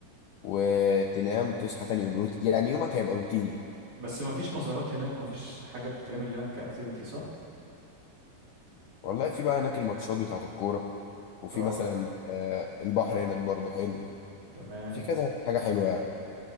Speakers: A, on the left (about 80°); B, on the right (about 45°).
A: وتنام تصحى تاني يوم روت... يعني يومك هيبقى روتيني
B: بس ما فيش مزارات هناك ما فيش حاجه تتعمل هناك كاكتيفيتي صح
A: والله في بقى هناك الماتشات بتاعت الكوره وفي
B: اه
A: مثلا آه، البحر هناك برضو حلو
B: تمام
A: في كذا حاجه حلوه يعني